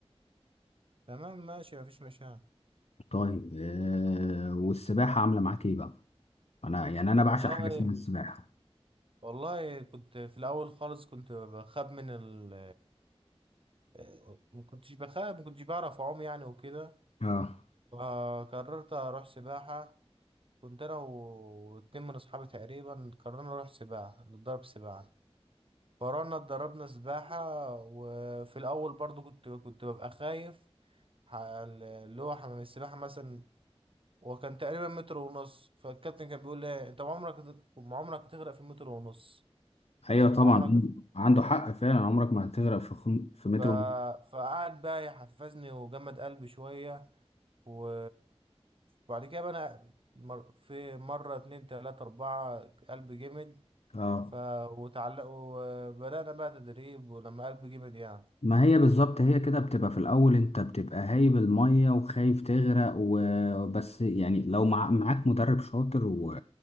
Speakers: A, on the right; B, on the left.
A: تمام ماشي مفيش مشاكل
B: طيب آه، والسباحة عاملة معاك ايه بقى انا يعني انا بعشق
A: والله
B: حاجة اسمها السباحة
A: والله كنت في الاول خالص كنت بخاف من ال آه، ما كنتش بخاف ما كنتش بعرف اعوم يعني وكده
B: اه
A: فقررت اروح سباحه كنت انا و- واتنين من اصحابي تقريبا قررنا نروح سباحه نتدرب سباحه فروحنا اتدربنا سباحه وفي الاول برضو كنت كنت ببقى خايف ال- اللي هو حمام السباحة مثلا وكان تقريبا متر ونص فالكابتن كان بيقول لي انت عمرك هت- عمرك هتغرق في متر ونص
B: ايوه طبعا
A: وعمرك
B: عنده حق فعلا عمرك ما هتغرق في خم... في متر
A: ف...
B: ونص
A: فقعد بقى يحفزني وجمد قلبي شوية و... وبعد كده بقى أنا مر... في مرة اتنين تلاتة أربعة قلبي جمد
B: اه
A: ف... وتعلق وبدأنا بقى تدريب ولما قلبي جمد يعني
B: ما هي بالظبط هي كده بتبقى في الأول أنت بتبقى هايب المية وخايف تغرق وبس يعني لو مع... معاك مدرب شاطر و...